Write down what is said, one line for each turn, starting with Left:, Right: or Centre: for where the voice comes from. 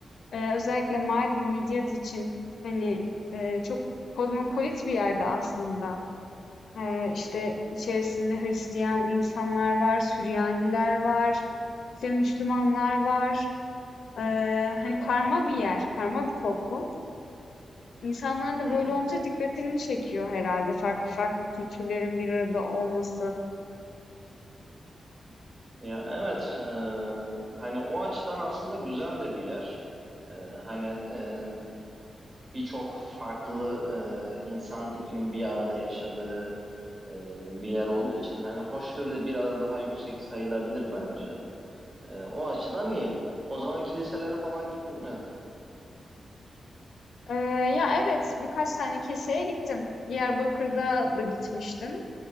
Left: e, özellikle Mardin, Midyat için hani e, çok kozmopolit bir yerde aslında. E, işte içerisinde Hristiyan insanlar var, Süryaniler var, işte Müslümanlar var. E, hani karma bir yer, karma bir toplum. İnsanlar da
Right: Hı hı.
Left: böyle olunca dikkatini çekiyor herhalde farklı farklı kültürlerin bir arada olması.
Right: Ya evet, e, hani o açıdan aslında güzel de bir yer. E, hani e, birçok farklı e, insan tipinin bir arada yaşadığı e, bir yer olduğu için hani hoşgörü de biraz daha yüksek sayılabilir bence. E, o açıdan iyi. O zaman kiliselere falan gittin mi?
Left: Eee, ya, evet, birkaç tane keseye gittim. Diyarbakır'da da gitmiştim.